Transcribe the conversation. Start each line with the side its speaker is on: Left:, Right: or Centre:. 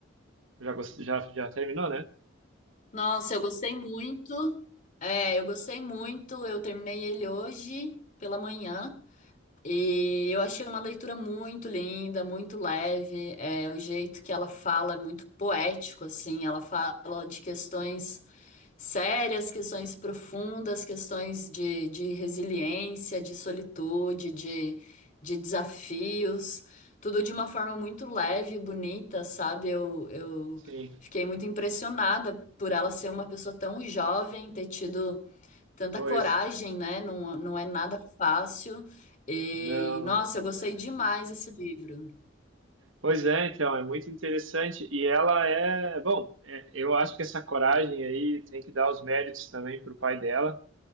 Right: Já, gost- já, já terminou, né?
Left: Nossa, eu gostei muito. É, eu gostei muito. Eu terminei ele hoje pela manhã. E eu achei uma leitura muito linda, muito leve. É, o jeito que ela fala é muito poético, assim. Ela fala de questões. sérias, questões profundas, questões de, de resiliência, de solitude, de, de desafios, tudo de uma forma muito leve e bonita, sabe? Eu, eu
Right: Sim,
Left: fiquei muito impressionada por ela ser uma pessoa tão jovem, ter tido tanta
Right: pois.
Left: coragem, né? Não, não é nada fácil. E,
Right: Não,
Left: nossa,
Right: não.
Left: eu gostei
Right: é.
Left: demais desse livro.
Right: Pois é, então, é muito interessante. E ela é, bom, é, eu acho que essa coragem aí tem que dar os méritos também para o pai dela,